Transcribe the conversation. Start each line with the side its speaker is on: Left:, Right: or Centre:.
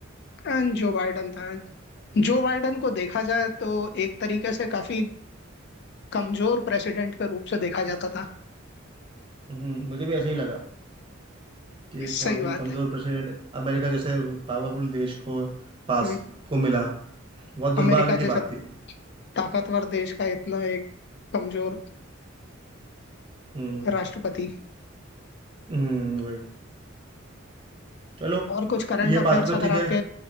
Left: अ, जो बाइडन था जो बाइडन को देखा जाए तो एक तरीके से काफी कमजोर प्रेसिडेंट के रूप से देखा जाता था
Right: हम्म, मुझे भी ऐसा ही लगा कि एक
Left: सही
Right: बहुत
Left: बात
Right: ही कमजोर
Left: है
Right: प्रेसिडेंट अमेरिका जैसे पावरफुल देश को पास
Left: कोई
Right: को मिला बहुत दुर्भाग्य
Left: अमेरिका
Right: की
Left: जैसा
Right: बात थी वो
Left: ताकतवर देश का इतना एक कमजोर
Right: हम्म
Left: राष्ट्रपति
Right: हम्म, वही चलो
Left: और कुछ करंट
Right: ये
Left: अफेयर्स
Right: बातें तो
Left: अगर
Right: ठीक
Left: आपके
Right: है